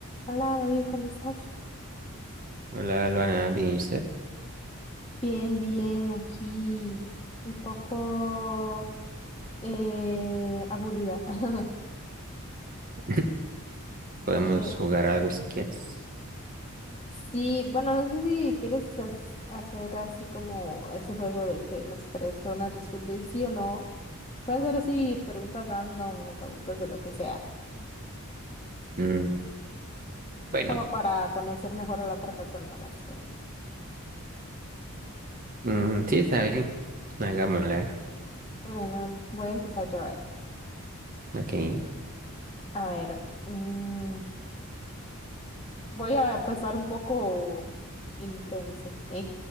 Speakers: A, on the left; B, on the right.
A: Hola David, ¿cómo estás?
B: Hola, Alvana, bien, ¿y usted?
A: Bien, bien, aquí un poco eh, aburrida. <laughs>
B: <laughs> Podemos
A: Eh,
B: jugar algo si quieres.
A: sí, bueno, no sé si quieres has- hacer así como ese juego de que las personas responden sí o no. Pueden ser así preguntas random o preguntas de lo que sea,
B: Mm, bueno,
A: como para conocer mejor a la otra persona, básicamente.
B: mm, sí, está bien. Hagámoslo, a ver.
A: Bueno, voy a empezar yo a ver.
B: Ok.
A: A ver, mm, Voy a empezar un poco intenso, ¿eh? Un